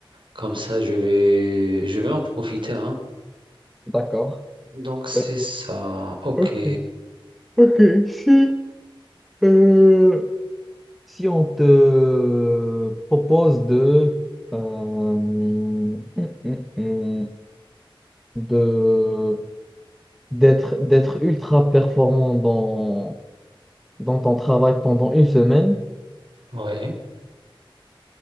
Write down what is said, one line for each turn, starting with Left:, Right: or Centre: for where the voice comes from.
Right: comme ça, je vais, je vais en profiter, hein.
Centre: d'accord.
Right: Donc c'est
Centre: Euh,
Right: ça. Ok.
Centre: Ok, ok. Si, euh, si on te propose de... euh, hum, hum, hum, de d'être d'être ultra performant dans, dans ton travail pendant une semaine,
Right: Ouais.